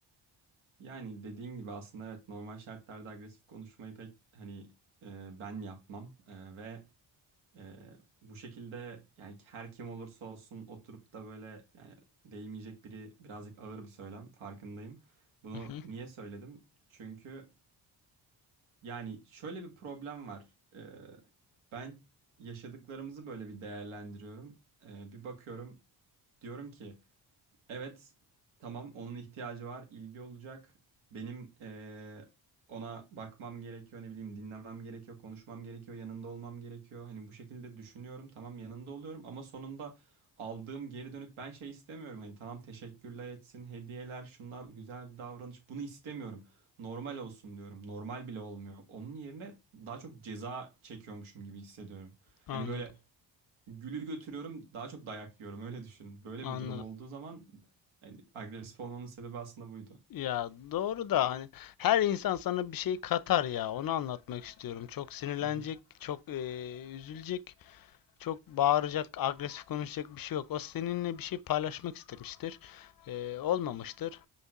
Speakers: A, on the right; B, on the left.
A: Yani dediğin gibi aslında evet normal şartlarda agresif konuşmayı pek hani eee, ben yapmam Eee, ve eee, bu şekilde yani her kim olursa olsun oturup da böyle yani değmeyecek biri birazcık ağır bir söylem farkındayım. Bunu
B: Hı hı,
A: niye söyledim? Çünkü Yani şöyle bir problem var. Ee, ben yaşadıklarımızı böyle bir değerlendiriyorum. Ee, bir bakıyorum diyorum ki Evet, tamam onun ihtiyacı var, ilgi olacak. Benim eee, ona bakmam gerekiyor, ne bileyim dinlemem gerekiyor, konuşmam gerekiyor, yanında olmam gerekiyor. Hani bu şekilde düşünüyorum, tamam yanında oluyorum ama sonunda aldığım geri dönüt ben şey istemiyorum. Hani tamam teşekkürler etsin, hediyeler, şunlar güzel bir davranış bunu istemiyorum. Normal olsun diyorum. Normal bile olmuyor. Onun yerine daha çok ceza çekiyormuşum gibi hissediyorum.
B: anladım.
A: Hani böyle Gülü götürüyorum daha çok dayak yiyorum öyle düşün. Böyle
B: Anladım.
A: bir durum olduğu zaman yani agresif olmamın sebebi aslında buydu.
B: Ya doğru da hani her insan sana bir şey katar ya. Onu anlatmak istiyorum. Çok sinirlenecek,
A: Hı hı,
B: çok e, üzülecek, çok bağıracak, agresif konuşacak bir şey yok. O seninle bir şey paylaşmak istemiştir. e, olmamıştır.